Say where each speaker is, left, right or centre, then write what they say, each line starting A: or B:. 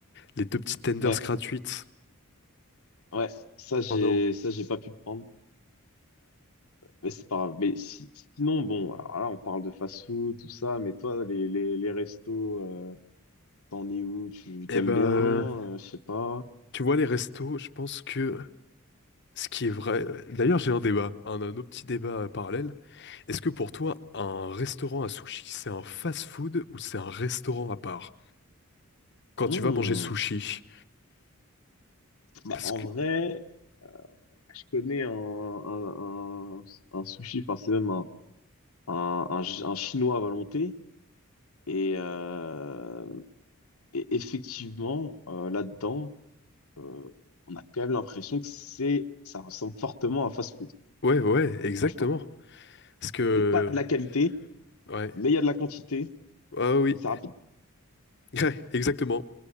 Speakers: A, on the left; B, on the left.
A: les deux petites tenders
B: ouais
A: gratuites.
B: Ouais, ça j'ai
A: Oh non.
B: ça j'ai pas pu prendre, mais c'est pas grave. Mais si, sinon bon, alors là on parle de fast-food tout ça, mais toi les les, les restos, euh, t'en es où? Tu t'aimes
A: Eh ben,
B: bien? euh, je sais pas.
A: tu vois, les restos, je pense que ce qui est vrai. D'ailleurs, j'ai un débat, un, un autre petit débat euh, parallèle. Est-ce que pour toi, un restaurant à sushi, c'est un fast-food ou c'est un restaurant à part? Quand
B: Hmm.
A: tu vas manger sushi,
B: Bah
A: parce
B: en
A: que
B: vrai, je connais un un, un, un sushi, enfin c'est même un un, un ch- un chinois à volonté et, euh, et effectivement euh, là-dedans, euh, on a quand même l'impression que c'est ça ressemble fortement à un fast-food,
A: ouais, ouais, exactement.
B: franchement.
A: Parce que
B: C'est pas de la qualité.
A: ouais,
B: mais il y a de la quantité
A: ah oui,
B: et c'est rapide.
A: <laughs> ouais, exactement.